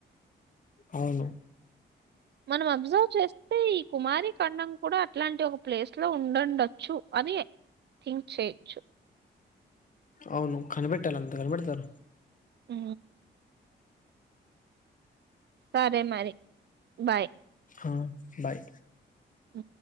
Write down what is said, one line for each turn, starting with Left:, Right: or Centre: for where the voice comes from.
Left: అవును.
Right: మనం అబ్జర్వ్ చేస్తే ఈ కుమారి ఖండం కూడా అట్లాంటి ఒక ప్లేస్ లో ఉండొండొచ్చు అని థింక్ చేయెచ్చు.
Left: అవును కనిబెట్టలా అంతే కనిబెడతారు.
Right: ఊ సరే మరి బాయ్.
Left: ఆ బాయ్
Right: ఊ